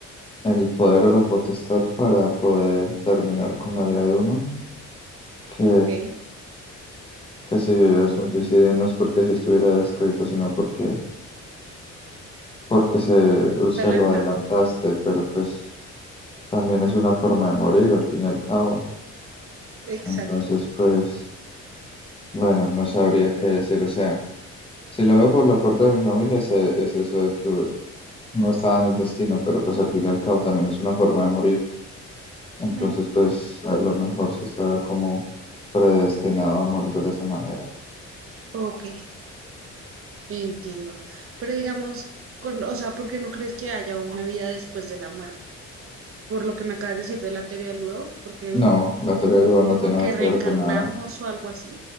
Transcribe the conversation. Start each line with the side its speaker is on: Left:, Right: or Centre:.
Left: el poder o la potestad para poder terminar con la vida de uno, que,
Right: ok.
Left: que si es un suicidio no es porque se estuviera escrito, sino porque, porque se, o sea,
Right: Adelantar.
Left: lo adelantaste, pero pues también es una forma de morir al fin y al cabo.
Right: Exacto.
Left: Entonces, pues, bueno, no sabría qué decir, o sea. Si lo veo por la parte de mi familia, es, e- es eso de que no estaba en el destino, pero pues al fin y al cabo también es una forma de morir. Entonces,
Right: Ujú.
Left: pues a lo mejor sí está como predestinado a morir de esa manera.
Right: Ok. Entiendo. Pero digamos, con- o sea, ¿por qué no crees que haya una vida después de la muerte? Por lo que me acabas de decir de la teoría del huevo, porque,
Left: No, la teoría del huevo no
Right: o
Left: tiene
Right: porque
Left: nada que
Right: reencarnamos
Left: ver con nada.
Right: o algo así.